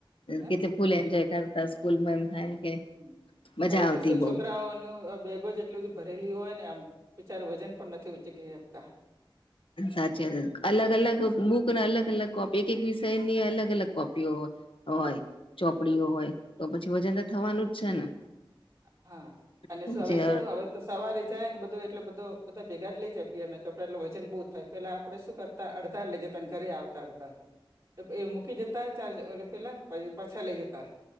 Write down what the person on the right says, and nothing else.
હા
હ
હવે
તો શું
છોકરાઓ ન બેગો જ એટલી બધી ભરેલી હોય ને આમ બિચારે વજન પણ નથી ઉચીકી શકતા.
હા અને
શું
હવે શું હવે તો સવારે જાય ને બધું એટલે બધો બધા ભેગા જ લઈ જાય પીય ને એટલે વજન બહુ થાય પેલા આપણેે શ કરતા અડધા લઇ જતાને ઘરે આવતા અડધા એ મૂકી જતા ચાર્જ ઓ પેલા બાજુ પાછા લઈ જતા